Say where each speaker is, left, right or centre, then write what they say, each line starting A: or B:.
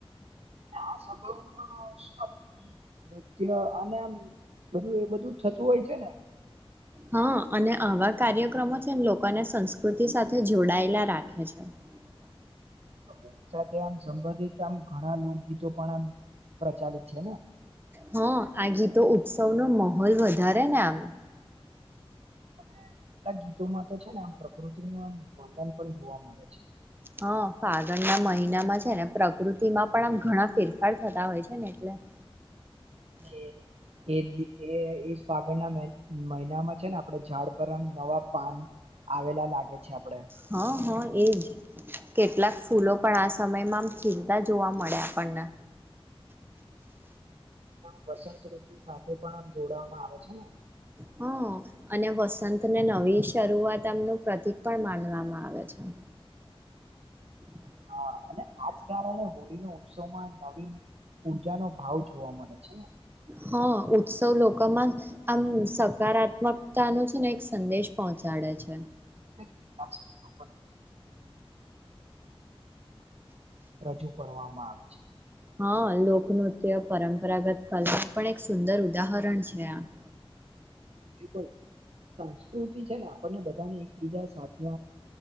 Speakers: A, on the right; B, on the right.
A: આ સ્ભાવમાં શું આમ નૃત્ય અને આમ બધું એ બધું થતું હોય છે ને
B: હા અને આવા કાર્યક્રમો છે લોકોને સંસ્કૃતિ સાથે જોડાયેલા રાખે છે. અચ્છા <unintelligible>
A: હોની સાથે આમ સંબંધિત આમ ઘણા લોકગીતો પણ આમ પ્રચાલિત છે ને
B: હા આ ગીતો ઉત્સવનોો માહોલ વધારે ને આમ
A: અને કેટલાક ગીતોમાં તો છે ને આમ પ્રકૃતિ ન આમ વર્ણન પણ જોવા મળે છે.
B: હા ફાગણના મહિનામાં છે ને પ્રકૃતિમાં પણ આમ ઘણા ફેરફાર થતા હોય છે ને એટલે હ <unintelligible>
A: અને
B: હ <unintelligible>
A: એ એ ફગળના મહિનામાં છે ને આપણે ઝાડ પરમ નવા પાન આવેલા લાગે છે આપડે
B: હા હા એજ. કેટલાક ફૂલો પણ આ સમયમાં આમ ખીલતા જોવા મળે આપણને.
A: વસંતઋતુ સાથે પણ જોડવામાં આવે છે ને.
B: હ, અને વસંતને નવી શરૂઆતમનું પ્રતિક પણ માનવામાં આવે છે. <inaudible> <inaudible>
A: હા અને આજ કારણે હોળીનો ઉત્સવમાં નવીન ઉર્જાનોો ભાવ જોવા મળે છે ને.
B: હા, ઉત્સવ લોકોમાં આમ સકારાત્મકતાનો છે ને એક સંદેશ પહોંચે. કાઢે છે.
A: કેટલાક સ્થળો પર રજૂ કરવામાં આવે છે.
B: હા લોકનૃત્ય પરંપરાગત કલાનું પણ એક સુંદર ઉદાહરણ છે આ. <unintelligible>
A: બિલકુલ, સંસ્કૃતિ છે ને આપણને બધાને એકબીજા સાથે